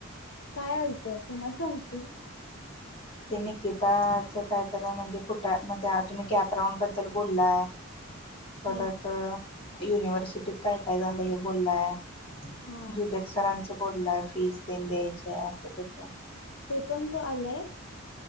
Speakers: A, on the left; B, on the left.
A: काय आलत? कोणाच आलत?
B: ते निकिताच काय तर म्हणजे कुठे मध्ये तुम्ही कॅपराऊंड बद्दल बोललाय. परत
A: हा
B: युनिव्हर्सिटीत काय काय झालंय हे बोललाय.
A: हा
B: जुबेर सरांचं बोललाय फीज देन द्यायची आहे असं तसं.
A: ते पंग आलंय?